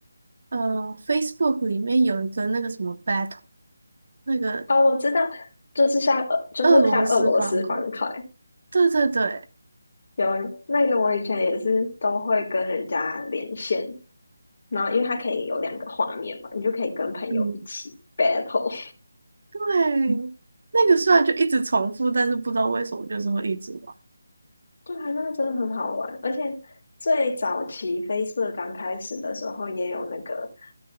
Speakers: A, on the right; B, on the left.
A: 呃，Facebook 里面有一个那个什么 Battle，那个
B: 哦，我知道，就是像俄就是像俄罗斯方块，
A: 俄罗斯方块？对对对，
B: 有那个我以前也是都会跟人家连线，然后因为它可以有两个画面嘛，你就可以跟朋友一起
A: 嗯，
B: battle。
A: 对，那个虽然就一直重复，但是不知道为什么就是会一直玩。
B: 对啊，那真的很好玩，而且最早期飞 a 刚开始的时候，也有那个